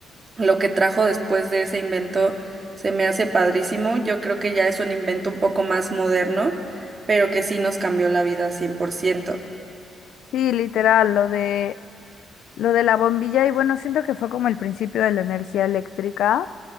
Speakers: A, on the right; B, on the left.
A: lo que trajo después de ese invento se me hace padrísimo. Yo creo que ya es un invento un poco más moderno, pero que sí nos cambió la vida 100%.
B: sí, literal, lo de, lo de la bombilla y bueno, siento que fue como el principio de la energía eléctrica.